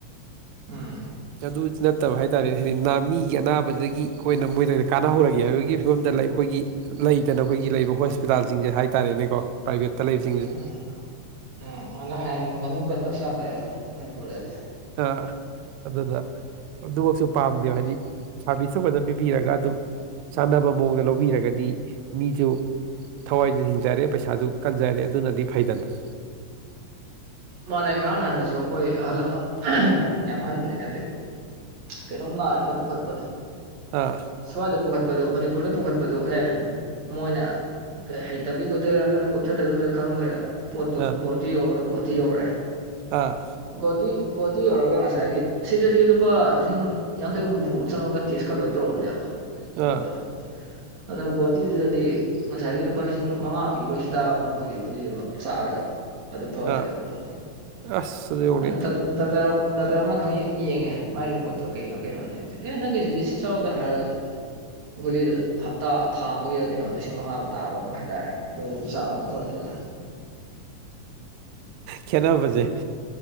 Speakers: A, on the right; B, on the right.
A: ꯎꯝ
B: ꯑꯗꯨ ꯅꯠꯇꯕ ꯍꯥꯏꯇꯥꯔꯦ ꯍꯥꯏꯗꯤ ꯃꯤꯒꯤ ꯑꯅꯥꯕꯗꯒꯤ ꯑꯩꯈꯣꯏꯅ ꯃꯣꯏꯗꯒꯤ ꯀꯥꯟꯅꯍꯧꯔꯒꯦ ꯍꯥꯏꯕꯒꯤ ꯐꯤꯕꯝꯗ ꯂꯩ ꯑꯩꯈꯣꯏꯒꯤ ꯂꯩꯇꯅ ꯑꯩꯈꯣꯏꯒꯤ ꯂꯩꯕ ꯍꯣꯁꯄꯤꯇꯥꯜꯁꯤꯡꯁꯦ ꯍꯥꯏꯇꯥꯔꯦꯅꯦꯀꯣ ꯄ꯭ꯔꯥꯏꯚꯦꯠꯇ ꯂꯩꯕꯁꯤꯡꯁꯦ
A: ꯎꯝ ꯎꯝ ꯅꯪ ꯍꯥꯢꯗꯣ ꯃꯃꯤꯡ ꯄꯟꯗ꯭ꯔꯁꯨ ꯌꯥꯝ ꯂꯩꯔꯦ ꯃꯅꯤ ꯃꯅꯤꯄꯨꯔꯗꯗꯤ
B: ꯑꯥ ꯑꯗꯨꯅ ꯑꯗꯨꯃꯛꯁꯨ ꯄꯥꯝꯗꯦꯕ ꯍꯥꯏꯗꯤ ꯁꯥꯕꯤꯁꯁꯨ ꯐꯖꯅ ꯄꯤꯕꯤꯔꯒ ꯑꯗꯨꯝ ꯆꯥꯟꯅꯕ ꯃꯑꯣꯡꯗ ꯂꯧꯕꯤꯔꯒꯗꯤ ꯃꯤꯁꯨ ꯊꯋꯥꯏꯁꯨ ꯍꯤꯡꯖꯔꯦ ꯄꯩꯁꯥꯁꯨ ꯀꯟꯖꯔꯦ ꯑꯗꯨꯅꯗꯤ ꯐꯩꯗꯅ
A: ꯃꯥꯅꯦ ꯉꯔꯥꯡ ꯅꯍꯥꯟꯗꯁꯨ ꯑꯩꯈꯣꯏ ꯑꯍꯜ ꯑꯃ ꯌꯥꯝ ꯑꯍꯟꯕꯨꯗꯤ ꯅꯠꯇꯦ ꯀꯩꯅꯣꯝ ꯅꯥꯔꯦꯅ ꯄꯨꯈꯠꯄꯅꯦ
B: ꯑꯥ
A: ꯁ꯭ꯋꯥꯏꯗ ꯄꯨꯈꯠꯄꯗꯨ ꯃꯅꯤꯄꯨꯔꯗ ꯄꯨꯈꯠꯄꯗꯨ ꯑꯦ ꯃꯣꯏꯅ ꯀꯩ ꯍꯩꯇꯕꯩ ꯑꯣꯏꯗꯣꯏꫪꯥ ꯅꯠꯇ꯭ꯔꯒ ꯀꯨꯞꯊꯗꯩꯕꯩ ꯑꯣꯏꯗꯣꯢꯔꯥ ꯈꯪꯗ꯭ꯔꯦ ꯄꯣꯠꯇꯣ
B: ꯑꯥ
A: ꯒꯨꯋꯥꯇꯤ ꯌꯥꯎꯔꯣꯅ ꯒꯨꯋꯥꯇꯤ ꯌꯧꯔꯦ
B: ꯑꯥ
A: ꯒꯨꯋꯥꯇꯤ ꯒꯨꯋꯥꯇꯤ ꯌꯧꯔꯒ ꯉꯁꯥꯏꯒꯤ ꯁꯤꯗꯗꯤ ꯂꯨꯄꯥ ꯂꯤꯁꯤꯡ ꯌꯥꯡꯈꯩ ꯍꯨꯝꯐꯨ ꯆꯪꯉꯒ ꯇꯦꯁꯀ ꯂꯣꯏꯅ ꯇꯧꯔꯝꯅꯦꯕ
B: ꯑꯥ
A: ꯄꯣꯠꯇꯣ ꯑꯗꯣꯒ ꯒꯨꯋꯥꯇꯨꯗꯗꯤ ꯉꯁꯥꯏꯒꯤ ꯂꯨꯄꯥ ꯂꯤꯁꯤꯡ ꯃꯉꯥ ꯄꯤꯕ ꯍꯤꯗꯥꯛ ꯑꯃ ꯃꯣꯏꯒꯤ ꯒꯂꯤ ꯑꯃ ꯆꯥꯔꯒ ꯑꯗꯨꯝ ꯐꯥꯒ꯭ꯔꯦꯗꯅ
B: ꯑꯥ
A: ꯄꯣꯠꯇꯣ
B: ꯑꯁ
A: <unintelligible>
B: ꯑꯗꯨ ꯌꯦꯡꯉꯨꯅꯦ
A: ꯗꯣꯛꯇꯔ ꯗꯥꯛꯇꯔ ꯑꯃꯅ ꯈꯪ ꯌꯦꯡꯉꯦ ꯃꯥ ꯔꯤꯄꯣꯔꯠꯇꯣ ꯀꯩꯅꯣ ꯀꯩꯅꯣꯒꯤ ꯑꯦ ꯅꯪꯒꯤꯁꯤꯗꯤ ꯁꯤ ꯆꯥꯎꯗ ꯍꯥꯏꯔꯒ ꯒꯨꯂꯤꯗꯨ ꯍꯞꯇꯥ ꯊꯥ ꯑꯃꯒꯤꯗ ꯀꯩꯅꯣ ꯂꯤꯁꯤꯡ ꯃꯉꯥꯐꯥꯎ ꯇꯥꯕ ꯑꯃ ꯍꯥꯏꯇꯥꯔꯦ ꯑꯗꯨꯝ ꯆꯥꯔꯁꯨ ꯐꯔꯦꯗꯅ
B: ꯈꯦꯟꯅꯕꯁꯦ